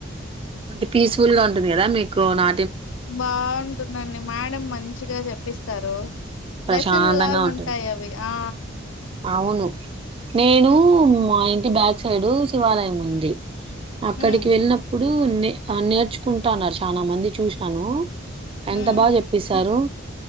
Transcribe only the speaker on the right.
కొంచ పీస్ఫుల్ గా ఉంటుంది కదా మీకు నా
ప్రశాంతంగా
ఉంటుంది
అవును నేను మా ఇంటి బ్యాక్ సైడ్ శివాలయం ఉంది అక్కడికి
వెళ్ళినప్పుడు ఇప్పుడు నే నేర్చుకుంటన్నారు చాలా మంది చూసినాను ఎంత
బాగా చెప్పేసారు